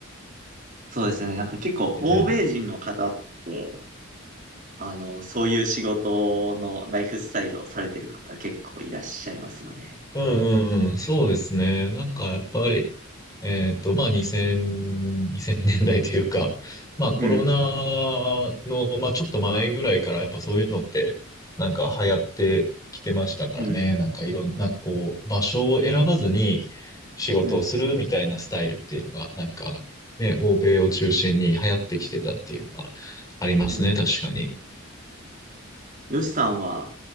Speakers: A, on the right; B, on the left.
A: そうですね。なんか結構、
B: うん。
A: 欧米人の方って、あの、そういう仕事のライフスタイルをされてる方結構いらっしゃいますよね。
B: うんうんうん、そうですね。なんかやっぱり、えっと、まあ2000、年代というか、<laughs> まあコロナの、
A: うん。
B: まあちょっと前ぐらいからやっぱそういうのって、なんか流行ってきてましたからね。
A: うん。
B: なんかいろんなこう、場所を選ばずに仕事をするみたいなスタイルっていうのが、
A: うん。
B: なんかね、欧米を中心に流行ってきてたっていうのはありますね、
A: うん。
B: 確かに。
A: よしさんは、